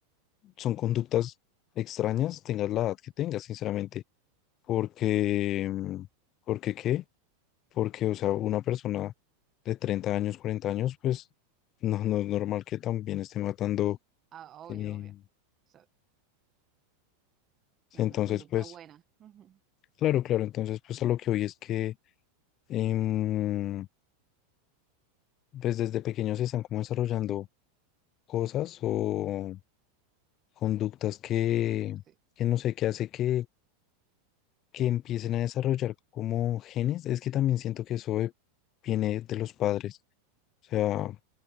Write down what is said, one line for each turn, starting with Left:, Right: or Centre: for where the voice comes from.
Left: son conductas extrañas, tengas la edad que tengas, sinceramente. Porque, mm, ¿porque qué? Porque, o sea, una persona de 30 años, 40 años, pues no, no es normal que también esté matando.
Right: Ah, obvio,
Left: eh,
Right: obvio. O sea, no
Left: entonces,
Right: es una conducta
Left: pues,
Right: buena. Ujú.
Left: claro, claro, entonces, pues a lo que hoy es que em, pues desde pequeños se están como desarrollando cosas o conductas que,
Right: Sí,
Left: que no sé, qué hace que, que empiecen a desarrollar como genes. Es que también siento que eso eh, viene de los padres. O sea,